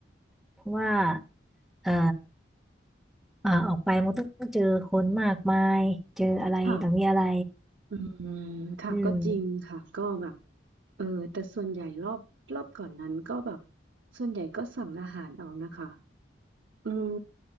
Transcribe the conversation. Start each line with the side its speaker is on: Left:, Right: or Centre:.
Centre: เพราะว่าเอ่ออ่าออกไปมันก็ต้องเจอคนมากมายเจออะไรต่างมีอะไร
Right: ค่ะอืมค่ะก็จริงค่ะก็แบบ
Centre: อืม
Right: เออแต่ส่วนใหญ่รอบรอบก่อนนั้นก็แบบส่วนใหญ่ก็สั่งอาหารเอานะคะอืม